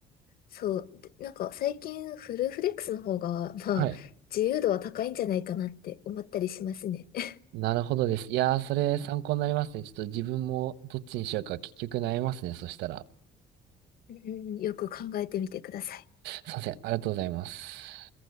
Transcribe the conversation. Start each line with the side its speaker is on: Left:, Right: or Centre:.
Left: そう、でなんか最近、フルフレックスの方が、まあ、
Right: はい。
Left: 自由度は高いんじゃないかなって思ったりしますね。<laughs>
Right: なるほどです。いやー、それ参考になりますね。ちょっと自分もどっちにしようか結局悩みますね。そしたら。
Left: うん、よく考えてみてください。
Right: すいません。ありがとうございます。